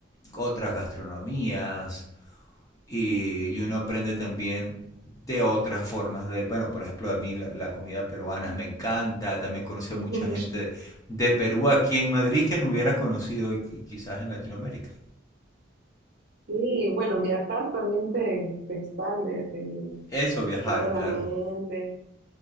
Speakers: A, on the left; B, on the right.
A: otras gastronomías y, y uno aprende también de otras formas de, bueno, por ejemplo, a mí la, la comida peruana me encanta, también conocí
B: <laughs>
A: a mucha gente de, de Perú aquí en Madrid que no hubiera conocido y, y quizás en Latinoamérica.
B: Sí, bueno, viajar también te, te expande, te,
A: Eso, viajar,
B: te abre la
A: claro.
B: mente,